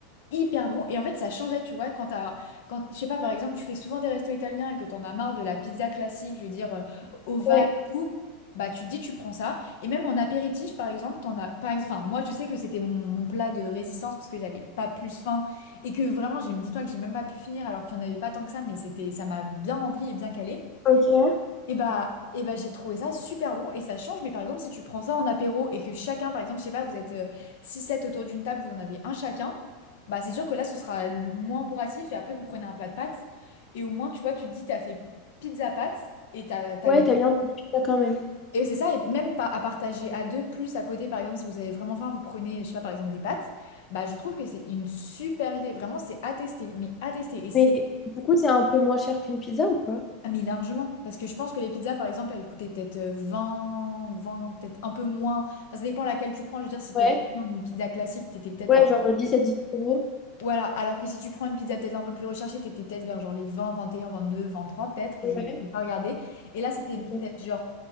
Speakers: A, on the left; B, on the left.
A: hyper bon. Et en fait, ça changeait, tu vois, quand t'as, quand, je sais pas, par exemple, tu fais souvent des restos italiens et que t'en as marre de la pizza classique, je veux dire, euh, ovale
B: Ouais.
A: et tout, bah tu te dis, tu prends ça. Et même en apéritif, par exemple, t'en as, par ex- enfin, moi, je sais que c'était mon, mon plat de résistance parce que j'avais pas plus faim et que vraiment, j'ai, dis-toi que j'ai même pas pu finir alors qu'il y en avait pas tant que ça, mais c'était, ça m'a bien rempli et bien calé.
B: Ok.
A: Et bah, et bah j'ai trouvé ça super bon et ça change. Mais par exemple, si tu prends ça en apéro et que chacun, par exemple, je sais pas, vous êtes euh, six sept autour d'une table, vous en avez un chacun, bah c'est sûr que là, ce sera l- moins bourratif et après, vous prenez un plat de pâtes. Et au moins, tu vois, tu te dis, t'as fait pizza pâtes et t'as, t'as
B: Ouais,
A: les.
B: t'as eu un peu de pizza quand même.
A: Et c'est ça, et même pas à partager à deux, plus à côté, par exemple, si vous avez vraiment faim, vous prenez, je sais pas, par exemple, des pâtes. Bah, je trouve que c'est une super idée. Vraiment, c'est à tester, mais à tester. et c'est.
B: Mais du coup, c'est un peu moins cher qu'une pizza ou pas?
A: Ah, mais largement, parce que je pense que les pizzas, par exemple, elles coûtaient peut-être euh, vingt, vingt, peut-être un peu moins. Enfin, ça dépend laquelle tu prends. Je veux dire, si
B: Ouais,
A: t'es vraiment une pizza classique, t'étais peut-être
B: ouais,
A: à...
B: genre 17-18 euros.
A: Voilà, alors que si tu prends une pizza peut-être un peu plus recherchée, t'étais peut-être vers genre les vingt, vingt et un, vingt deux, vingt trois, peut-être.
B: Ouais,
A: Je n'ai pas regardé. Et là, c'était
B: ok.
A: peut-être genre